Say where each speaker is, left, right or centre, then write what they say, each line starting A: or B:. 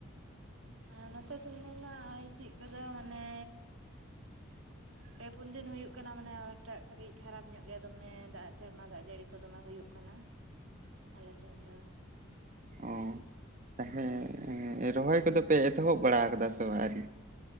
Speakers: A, on the right; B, on the right.
A: ᱟ ᱱᱚᱛᱮ ᱩᱧ ᱢᱮᱱᱟ ᱦᱚᱭ ᱦᱸᱤᱥᱤᱫ ᱠᱚᱫᱚ ᱢᱟᱱᱮ
B: ᱦ <inaudible>
A: ᱯᱮ ᱯᱩᱱ ᱫᱤᱱ ᱦᱩᱭᱩᱜ ᱠᱟᱱᱟ ᱢᱟᱱᱮᱴᱟᱜ ᱠᱟᱹᱴᱤᱡ ᱠᱷᱟᱨᱟᱯ ᱧᱚᱜ ᱜᱮ ᱫᱚᱢᱮ ᱫᱟᱜ ᱥᱮᱨᱢᱟ ᱫᱟᱜ ᱡᱟᱹᱲᱤ ᱠᱚ ᱫᱚᱢᱮ ᱦᱩᱭᱩᱜ ᱠᱟᱱᱟ ᱟᱞᱮ ᱴᱷᱮᱱ ᱫᱚ
B: ᱚᱸ ᱦᱮᱸᱻ ᱨᱚᱦᱚᱭ ᱠᱚᱫᱚ ᱯᱮ ᱮᱛᱚᱦᱚᱵ ᱵᱟᱲᱟ ᱠᱟᱫᱟ ᱥᱮ ᱵᱟᱝ ᱟᱨᱤ?